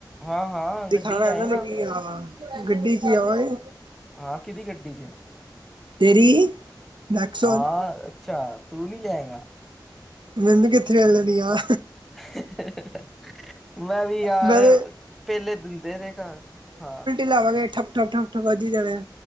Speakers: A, in the centre; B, on the right (about 80°).
A: ਹਾਂ ਹਾਂ
B: ਦਿਖਾਣਾ
A: ਗੱਡੀ ਲਿਆਏਗਾ
B: ਇਹਨਾਂ ਨੂੰ ਕੀ ਹਾਂ ਗੱਡੀ ਵਿੱਚ ਆਵਾਗੇ।
A: ਹਾਂ ਕਿਦੀ ਗੱਡੀ ਚ ਆ।
B: ਤੇਰੀ ਨੈਕਸੋਨ
A: ਹਾਂ, ਅੱਛਾ ਤੂੰ ਨਹੀਂ ਲਿਆਏਂਗਾ?
B: ਮੈਨੂੰ ਕਿੱਥੇ ਵੇ ਲੈਣੀ ਆ।
A: <unintelligible> ਮੈਂ ਵੀ ਯਾਰ
B: ਮੈਂ ਤੇ
A: ਪਹਿਲੇ ਦਿੰਦੇ ਰਹੇ ਘਰ ਹਾਂ।
B: ਲਾਵਾਗੇ ਠੱਪਠੱ ਠੱਪਠੱਪ ਵੱਜ ਹੀ ਜਾਣਾ।